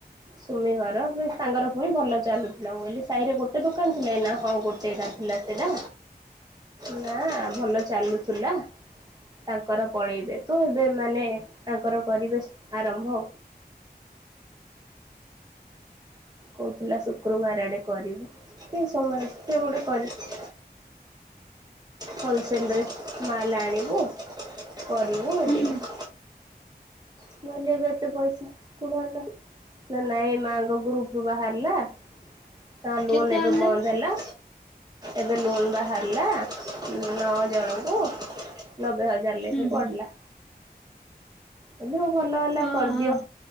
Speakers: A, on the right (about 25°); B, in the centre.
A: ସୁମିଘର ସେ ସାଙ୍ଗର ପୁଣି ଭଲ ଚାଲୁଥିଲା ମୁଁ କହିଲି ସାହିରେ ଗୋଟେ ଦୋକାନ ଥିଲା ନା ହଁ ଗୋଟେ ଗାଁ ଥିଲା ସେଟା ନା ଭଲ ଚାଲୁଥିଲା। ତାଙ୍କର ପଳେଇବେତ ଏବେ ମାନେ ତାଙ୍କର କରିବେ ଆରମ୍ଭ। କହୁଥିଲା ଶୁକ୍ରବାର ଆଡେ କରିବୁ କି ସୋମବାରେ ଗୋଟେ କରିବେ ହୋଲସେଲରେ ମାଲ ଆଣିବୁ କରିବୁ
B: ହୁଁ
A: ଟିକେ ମୁଁ କହିଲେ ଏବେ ଏତେ ପଇସା କୋଉଠୁ ଆଣିଲ ନାଇଁ ମାଙ୍କ ଗ୍ରୁପରୁୁ ବାହାରିଲା ତାଙ୍କ ଲୋନ
B: କେତେ
A: ଏବେ
B: ଆଣିଲେ
A: ବନ୍ଦ ହେଲା। ଏବେ ଲୋନ ବାହାରିଲା ନଅ ଜଣଙ୍କୁ। ନବେ ହଜାର ଲେଖେ
B: ହୁଁ
A: ପଡିଲା।
B: ହୁଁ
A: ହେଲେ ହଉ ଭଲହେଲା
B: ଓହୋ
A: କରିଦିଅ